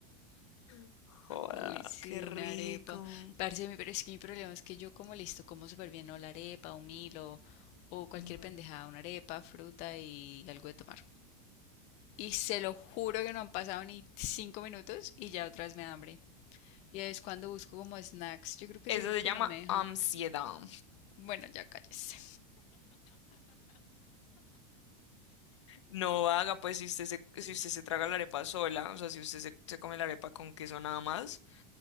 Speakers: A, on the left; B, on the left.
A: <laughs> Joda,
B: Uy, sí,
A: qué rico.
B: una arepa. Parce, mi- pero es que mi problema es que yo como listo, como súper bien, o la arepa, un Milo, o cualquier
A: Ujú.
B: pendejada, una arepa, fruta y algo de tomar. Y se lo juro que no han pasado ni cinco minutos y ya otra vez me da hambre. Y es cuando busco como snacks. Yo creo que
A: Eso
B: eso es lo
A: se
B: que
A: llama
B: no me deja.
A: ansiedad.
B: Bueno, ya cállese.
A: No haga, pues si usted se, si usted se traga la arepa sola, o sea, si usted se, se come la arepa con queso nada más,